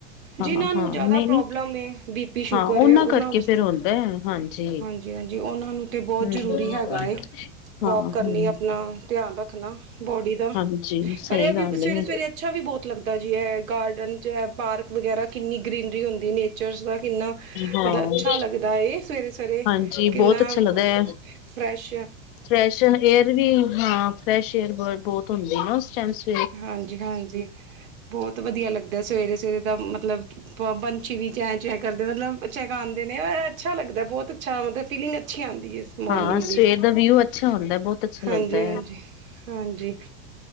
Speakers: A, on the right; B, on the left.
A: ਜਿਨ੍ਹਾਂ
B: ਹਾਂ
A: ਨੂੰ
B: ਹਾਂ
A: ਜ਼ਿਆਦਾ
B: ਨਹੀਂ
A: ਪ੍ਰੋਬਲਮ
B: ਨਹੀਂ
A: ਹੈ ਬੀ ਪੀ ਸ਼ੂਗਰ
B: ਹਾਂ
A: ਹੈ ਉਹਨਾਂ
B: ਕਰਕੇ
A: ਵਾਸਤੇ,
B: ਫੇਰ ਹੁੰਦਾ ਹੈ। ਹਾਂਜੀ
A: ਹਾਂਜੀ- ਹਾਂਜੀ ਉਹਨਾਂ ਨੂੰ ਤੇ ਬਹੁਤ
B: ਹਮ
A: ਜਰੂਰੀ ਹੈਗਾ ਏ ਵੋਕ
B: ਹਾਂ ਹਮ
A: ਕਰਨੀ ਆਪਣਾ ਧਿਆਨ ਰੱਖਣਾ ਬੋਡੀ ਦਾ,
B: ਹਾਂਜੀ ਸਹੀ
A: ਪਰ ਇਹ ਵੀ
B: ਗੱਲ
A: ਸਵੇਰੇ-
B: ਏ
A: ਸਵੇਰੇ ਅੱਛਾ ਅੱਛਾ ਵੀ ਬਹੁਤ ਲੱਗਦਾ ਜੀ ਹੈ, ਇਹ ਗਾਰਡਨ 'ਚ ਪਾਰਕ ਵਗੈਰਾ ਕਿੰਨੀ ਗ੍ਰਰੀਨਰੀ ਹੁੰਦੀ ਹੈ ਨੇਚਰ ਦਾ ਕਿੰਨਾ,
B: ਹਾਂ
A: ਮਤਲਬ ਅੱਛਾ ਲੱਗਦਾ ਇਹ ਸਵੇਰੇ -ਸਵੇਰੇ,
B: ਹਾਂਜੀ
A: ਕਿੰਨਾ
B: ਬਹੁਤ ਅੱਛਾ ਲੱਗਦਾ ਹੈ।
A: ਫਰੈਸ਼
B: ਫਰੈਸ਼ ਏਅਰ ਵੀ, ਹਾਂ ਫਰੈਸ਼ ਏਅਰ ਬਹੁਤ ਹੁੰਦੀ ਨਾ ਉਸ ਟਾਈਮ 'ਚ
A: ਹਾਂਜੀ- ਹਾਂਜੀ ਬਹੁਤ ਵਧੀਆ ਲੱਗਦਾ ਸਵੇਰੇ ਸਵੇਰੇ ਦਾ ਮਤਲਬ, ਪੰਛੀ ਵੀ ਚੈਂ ਚੈੰ ਕਰਦੇ ਮਤਲਬ ਅਛਾ ਗਉਦੇ ਨੇ ਅੱਛਾ ਲਗਦਾ ਬਹੁਤ ਅੱਛਾ ਮਤਲਬ ਫੀਲਿੰਗ ਅੱਛੀ ਆਉਂਦੀ ਮੋਰਨਿੰਗ
B: ਹਾਂ ਸਵੇਰ
A: ਦੀ
B: ਦਾ ਵਿਊ ਅੱਛਾ ਹੁੰਦਾ ਹੈ, ਬਹੁਤ ਅੱਛਾ
A: ਹਾਂਜੀ-
B: ਲੱਗਦਾ ਹੈ।
A: ਹਾਂਜੀ- ਹਾਂਜੀ